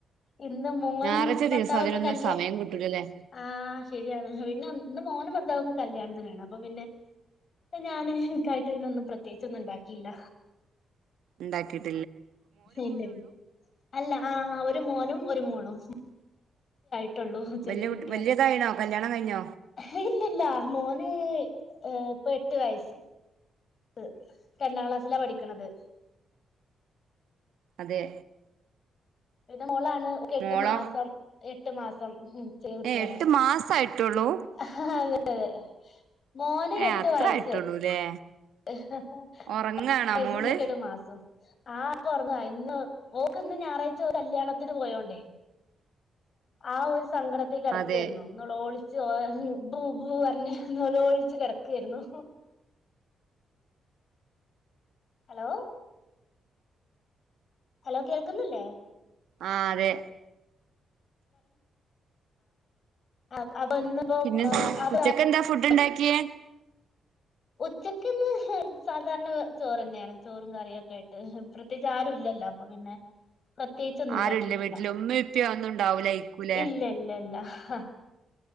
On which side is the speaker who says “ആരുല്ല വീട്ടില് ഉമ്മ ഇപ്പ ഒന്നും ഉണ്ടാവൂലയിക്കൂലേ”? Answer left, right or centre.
Right